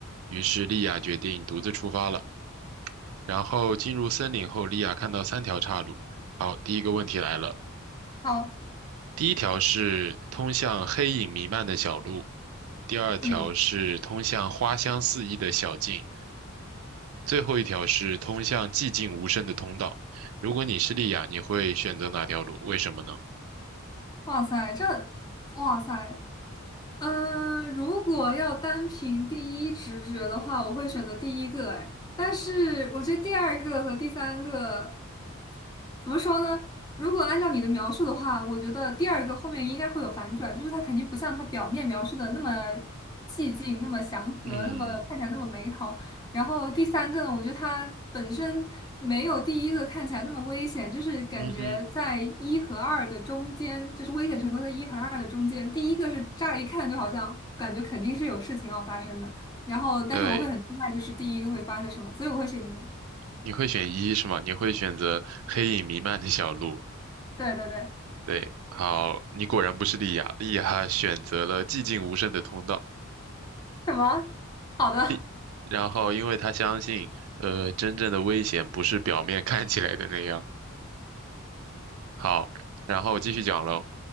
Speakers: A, on the right; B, on the left.
A: 于是莉亚决定独自出发了。然后进入森林后，莉亚看到三条岔路。好，第一个问题来了。
B: 好，
A: 第一条是通向黑影弥漫的小路，第二条是通向花香四溢的小径，
B: 嗯，
A: 最后一条是通向寂静无声的通道。如果你是莉亚，你会选择哪条路？为什么呢？
B: 哇塞，这，哇塞，嗯、如果要单凭第一直觉的话，我会选择第一个，哎，但是我觉得第二个和第三个怎么说呢？如果按照你的描述的话，我觉得第二个后面应该会有反转，就是它肯定不像它表面描述的那么寂静、那么祥和、
A: 嗯
B: 那么看起来那么美好。然后第三个呢，我觉得它本身没有第一个看起来那么危险，就是感觉在一和二的中间，
A: 嗯哼，
B: 就是危险程度在一和二的中间。第一个是乍一看就好像感觉肯定是有事情要发生的，然后但是我会很期待就是第一个会发生什么，
A: 对，
B: 所以我会选一。
A: 你会选一是吗？你会选择黑影弥漫的小路。
B: 对对对对，
A: 对，好，你果然不是莉亚，莉亚选择了寂静无声的通道。
B: 什么？好的
A: 莉，然后因为她相信，呃，真正的危险不是表面看起来的那样。好，然后继续讲喽。